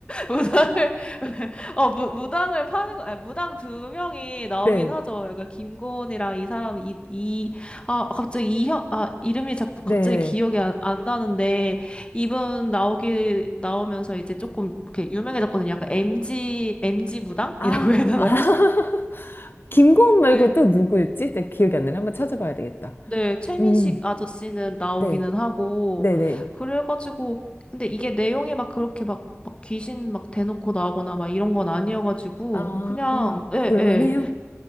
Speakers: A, on the left (about 25°); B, on the left (about 50°).
A: 무당을 <laughs> 어 무, 무당을 파는 거 아니, 무당 두 명이 나오긴
B: 네.
A: 하죠. 그러니까 김고은이랑 이 사람 이이아 갑자기 이형아 이름이 자꾸
B: 네네.
A: 갑자기 기억이 안, 안 나는데 이분 나오기 나오면서 이제 조금 이렇게 유명해졌거든요. 약간 MG MG 무당이라고
B: 아,
A: 해야 되나요?
B: 아. <laughs>
A: <laughs>
B: 김고은
A: 그
B: 말고 또 누구였지? 내 기억이 안 나네. 한번 찾아봐야 되겠다.
A: 네, 최민식
B: 음,
A: 아저씨는 나오기는
B: 네.
A: 하고,
B: 네네.
A: 그래가지고, 근데 이게 내용이 막 그렇게 막, 막 귀신 막 대놓고 나오거나 막 이런 건 아니어가지고,
B: 아,
A: 그냥, 예,
B: 볼만해요?
A: 예,